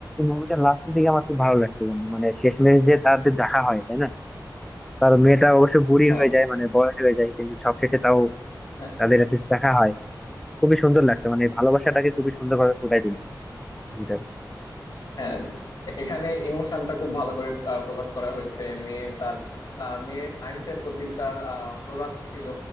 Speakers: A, in the centre; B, on the left (about 50°).
A: মুভিটা লাস্টের দিকে আমার খুব ভালো লাগছে বন্ধু মানে শেষমেশ যে তাদের দেখা হয় তাই না তার মেয়েটা অবশ্য বুড়ি
B: হ্যাঁ
A: হয়ে যায় মানে বয়স হয়ে যায় কিন্তু সবশেষে তাও
B: হ্যাঁ
A: তাদের একটা দেখা হয় খুবই সুন্দর লাগছে মানে এই ভালোবাসাটাকে
B: হ্যাঁ।
A: খুবই সুন্দর ভাবে ফুটাই তুলছে মুভিটা।
B: হ্যাঁ এখানে ইমোশনটা খুব ভালো করে আহ, প্রকাশ করা হয়েছে মেয়ে তার আহ, মেয়ে সায়েন্সের প্রতি তার আহ, অনুরাগ ছিল